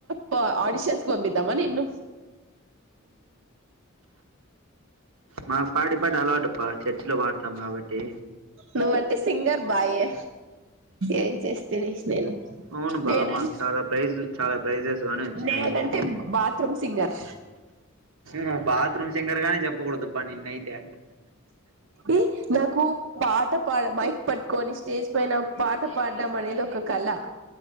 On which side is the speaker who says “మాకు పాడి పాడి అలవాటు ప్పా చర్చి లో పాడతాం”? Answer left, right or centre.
Right